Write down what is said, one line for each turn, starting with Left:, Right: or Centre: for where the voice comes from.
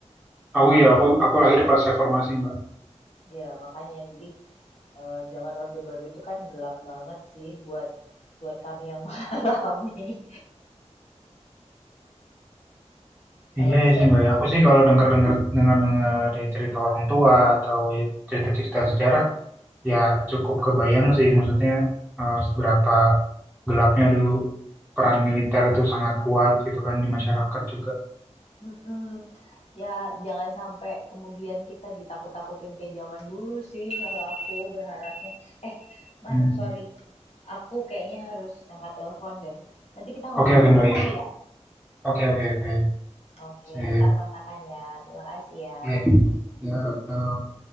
Centre: Aku ya, aku aku lahir pas reformasi Mbak.
Left: ya makanya. Jadi, eee, zaman Orde Baru itu kan gelap banget sih buat buat kami yang <laughs> mengalami. Kalau
Centre: Iya
Left: bisa
Centre: ya sih Mbak. ya. Aku sih kalau dengar dengar dengar dengar cerita orang tua atau cerita cerita sejarah, ya cukup kebayang sih. Maksudnya eh, seberapa gelapnya dulu peran militer itu sangat kuat gitu kan di masyarakat juga.
Left: mhm, ya jangan sampai kemudian kita ditakut-takutin kayak zaman dulu sih kalau aku berharapnya. Eh, Mar,
Centre: Hmm.
Left: sorry. Aku kayaknya harus ngangkat telepon deh. Nanti kita ngobrol
Centre: Oke oke
Left: lagi
Centre: Mbak
Left: kali
Centre: ya.
Left: ya?
Centre: Oke oke oke.
Left: Oke,
Centre: Sip.
Left: ntar kontakan ya. Terima kasih ya.
Centre: Iya, iya. Ya, eh,